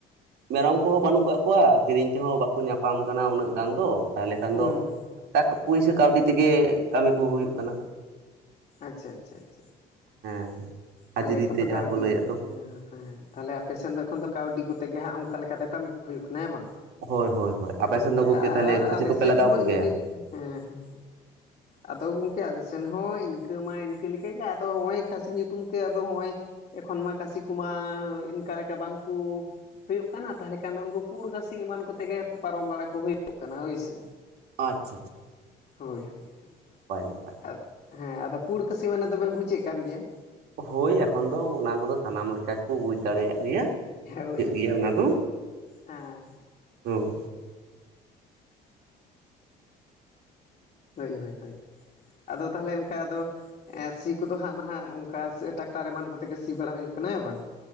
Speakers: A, on the right; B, on the left.
A: ᱢᱮᱨᱚᱢ ᱠᱚᱦᱚᱸ ᱵᱟᱹᱱᱩᱜ ᱠᱟᱜ ᱠᱚᱣᱟ ᱠᱤᱨᱤᱧ ᱛᱮᱦᱚᱸ ᱵᱟᱠᱚ ᱧᱟᱯᱟᱢ ᱠᱟᱱᱟ ᱩᱱᱟᱹᱜ ᱜᱟᱱ ᱫᱚ ᱛᱟᱦᱚᱞᱮ ᱠᱷᱟᱱ
B: ᱦᱩᱸ
A: ᱫᱚ ᱴᱟᱠᱟ ᱯᱩᱭᱥᱟᱹ ᱠᱟᱹᱣᱰᱤ ᱛᱮᱜᱮ ᱠᱟᱹᱢᱤ ᱠᱚ ᱦᱩᱭᱩᱜ ᱠᱟᱱᱟ
B: ᱟᱪᱪᱷᱟ, ᱟᱪᱪᱷᱟ, ᱟᱪᱪᱷᱟ,
A: ᱦᱮᱸ ᱦᱟᱹᱡᱨᱤ
B: ᱛᱟᱦᱞᱮ ᱮᱠᱷᱟᱱ
A: ᱛᱮ
B: ᱛᱚ
A: ᱡᱟᱦᱟᱸ
B: ᱠᱟᱹᱣᱰᱤ
A: ᱞᱟᱹᱭᱮᱫ
B: ᱠᱚ
A: ᱫᱚ
B: ᱮᱸ ᱦᱮᱸ ᱛᱟᱦᱚᱞᱮ ᱟᱯᱮᱥᱮᱱ ᱫᱚ ᱮᱠᱷᱚᱱ ᱫᱚ ᱠᱟᱹᱣᱰᱤ ᱠᱚᱛᱮ ᱜᱮ ᱦᱟᱸᱜ ᱚᱱᱠᱟ ᱞᱮᱠᱟ ᱞᱮᱠᱟᱛᱮ ᱠᱟᱹᱢᱤ ᱠᱚ ᱦᱩᱭᱩᱜ ᱠᱟᱱᱟ ᱦᱮᱸ ᱵᱟᱝ᱾
A: ᱦᱳᱭ ᱦᱳᱭ ᱟᱯᱮ
B: ᱦᱳᱭ
A: ᱥᱮᱱ ᱫᱚ ᱜᱚᱝᱠᱮ ᱛᱟᱦᱚᱞᱮ
B: ᱟᱨ
A: ᱠᱷᱟᱹᱥᱤ
B: ᱟᱞᱮ
A: ᱠᱚᱯᱮ
B: ᱥᱮᱱ
A: ᱞᱟᱜᱟᱣ
B: ᱦᱚᱸ
A: ᱠᱚᱜᱮᱭᱟ
B: ᱤᱱᱠᱟᱹ ᱦᱮᱸ ᱦᱮᱸ ᱟᱫᱚ ᱜᱚᱝᱠᱮ ᱟᱞᱮ ᱥᱮᱱ ᱦᱚᱸ ᱤᱱᱠᱟᱹ ᱢᱟ ᱤᱱᱠᱟᱹ ᱞᱮᱠᱟᱜᱮ ᱟᱫᱚ ᱦᱚᱸᱜ ᱚᱭ ᱠᱷᱟᱹᱥᱤ ᱧᱩ ᱧᱩᱛᱩᱢ ᱛᱮ ᱟᱫᱚ ᱦᱚᱸᱜᱼᱚᱭ ᱮᱠᱷᱚᱱ ᱢᱟ ᱠᱟᱹᱥᱤ ᱠᱚᱢᱟ ᱤᱱᱠᱟ ᱞᱮᱠᱟ ᱵᱟᱝᱠᱩ ᱦᱳᱭᱳᱜ ᱠᱟᱱᱟ ᱛᱟᱦᱚᱞᱮ ᱠᱷᱟᱱ ᱫᱚ ᱩᱱᱠᱩ ᱯᱩᱸᱲ ᱠᱟᱹᱥᱤ ᱮᱢᱟᱱ ᱠᱚᱛᱮ ᱜᱮ ᱯᱟᱨᱚᱢ ᱵᱟᱲᱟ ᱠᱚ ᱦᱩᱭᱩᱜ ᱠᱟᱱᱟ ᱦᱳᱭᱥᱮ
A: ᱟᱪᱪᱷᱟ ᱟᱪᱪᱷᱟ
B: ᱦᱳᱭ ᱦᱳᱭ ᱦᱳᱭ
A: ᱱᱟᱯᱟᱭ, ᱱᱟᱯᱟᱭ᱾
B: ᱟᱸ ᱦᱮᱸ ᱟᱫᱚ ᱯᱩᱲ ᱠᱟᱹᱥᱤ ᱢᱟᱱᱮ ᱛᱚᱵᱮᱱ ᱵᱩᱡ ᱮᱜ ᱠᱟᱱ ᱜᱮᱭᱟ᱾
A: ᱦᱳᱭ ᱮᱠᱷᱚᱱ ᱫᱚ ᱚᱱᱟ ᱠᱚᱫᱚ ᱥᱟᱱᱟᱢ ᱞᱮᱠᱟ ᱠᱚ ᱵᱩᱡᱽ ᱫᱟᱲᱮᱭᱟᱜ ᱜᱮᱭᱟ᱾
B: ᱦᱳᱭ
A: ᱵᱩᱡᱷᱟᱹᱜ
B: ᱦᱳᱭ
A: ᱜᱮᱭᱟ ᱚᱱᱟ ᱫᱚ
B: ᱦᱮᱸ
A: ᱦᱳᱭ᱾
B: ᱦᱳᱭ ᱤᱭᱟᱹ ᱦᱳᱭ ᱦᱳᱭ ᱟᱫᱚ ᱛᱟᱦᱞᱮ ᱚᱝᱠᱟ ᱟᱫᱚ ᱮᱸᱜ ᱥᱤ ᱠᱚ ᱫᱚ ᱦᱟᱸᱜ ᱱᱟᱦᱟᱸᱜ ᱚᱝᱠᱟ ᱥᱮ ᱴᱟᱠᱴᱟᱨ ᱮᱢᱟᱱ ᱠᱚᱛᱮ ᱜᱮ ᱥᱤ ᱵᱟᱲᱟ ᱦᱩᱭᱩᱜ ᱠᱟᱱᱟ ᱦᱮᱸ ᱵᱟᱝ᱾